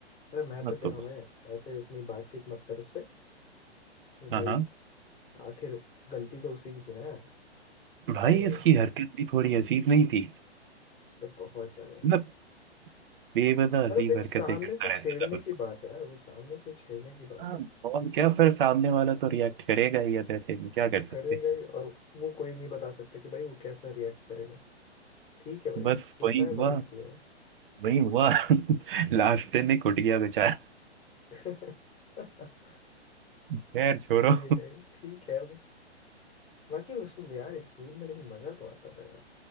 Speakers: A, on the left (about 15°); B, on the right (about 55°).
A: अरे मैं
B: मतलब
A: तो कह रहा हूँ भाई ऐसे उतनी बातचीत मत कर उससे कि भाई
B: हाँ हाँ
A: आखिर गलती तो उसी की थी ना यार
B: भाई
A: और
B: इसकी हरकत भी थोड़ी अजीब नहीं थी
A: बहुत ज्यादा भाई
B: मतलब बेवजह अजीब
A: मतलब देखो
B: हरकतें
A: सामने
B: करता
A: से
B: रहता
A: छेड़ने
B: था बस।
A: की बात है यार वो सामने से छेड़ने की बात
B: हाँ
A: है
B: और क्या फिर सामने वाला तो रिएक्ट करेगा ही अब ऐसे में क्या कर
A: और
B: सकते
A: करेगा
B: हैं।
A: ही और वो कोई नहीं बता सकता कि भाई वो कैसा रिएक्ट करेगा ठीक है भाई
B: बस
A: कूटा
B: वही
A: है
B: हुआ
A: बढ़िया किया
B: वही हुआ <laughs> लास्ट में कुट गया बेचारा
A: है <laughs>
B: खैर छोड़ो
A: नहीं नहीं ठीक है अब बाकी उसमें यार स्कूल में लेकिन मजा तो आता था यार